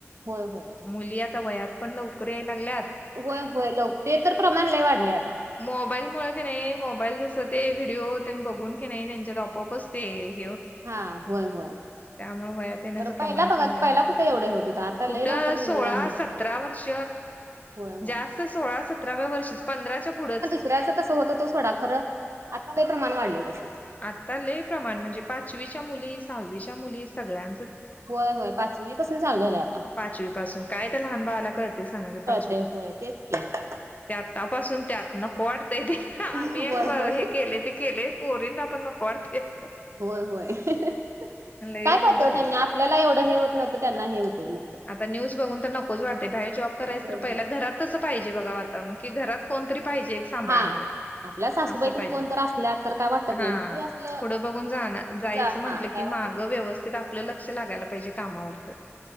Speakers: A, on the right; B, on the left.
A: होय होय
B: मुली आता वयात पण लवकर याय लागल्यात
A: होय होय ल ते तर प्रमाण ल वाढले आता
B: मोबाईल मुळ की नाही मोबाईल जसं ते व्हिडिओ त्यां बघून की नाही त्यांच्यात आपआपचते हे
A: हा होय होय
B: त्यामुळे व ण्याच
A: तर
B: प्रमाण
A: पहिला बघा
B: पण
A: पहिला कुठे एवढं हे होत होतं आता
B: कुठ
A: लय लवकर
B: सोळा
A: मुलींना हे
B: सतरा वर्ष
A: होय होय
B: जास्त सोळा सतराव्या वर्षी पंधराच्या पुढंच
A: खुऱ्याचं तसं होतं तो सोडा खरं आत्ता काही प्रमाण वाढलं तसं
B: आत्ता ल प्रमाण म्हणजे पाचवीच्या मुली सहावीच्या मुली सगळ्यां
A: होय होय पाचवीपासून चालू झालंय आता
B: पाचवी पासून काय त्या लहान बाळा ला कळतंय सांगा क पा
A: ते होय तेच की,
B: त्या आतापासून त्यात नको वाटतंय ते आम्ही
A: होय
B: एक हे
A: होय
B: केले ते केले पोरी ना आपण नको वाटतंय
A: होय होय काय
B: लय
A: करते
B: हे झालय
A: हो त्यांनी आपल्याला एवढं हे होत ना तर त्यांना हे होते मग ते
B: आता न्यूज बघून तर नकोच वाटते बाहेर जॉब करायचं
A: होय
B: तर पहिला
A: होय
B: घरात तस पाहिजे बघा वातावरण की घरात कोणतरी पाहिजे एक सांभाळणार
A: हा आपल्या सासूबाई
B: अस
A: तेन
B: पाहिजे
A: कोण तर असल्या तर काय वाटत नाही
B: हा
A: घरी असलं
B: पुढं बघून जानार जायचं
A: जा
B: म्हटलं
A: हा काय
B: की
A: वाटत
B: माग व्यवस्थित आपलं लक्ष लागायला पाहिजे कामावर तर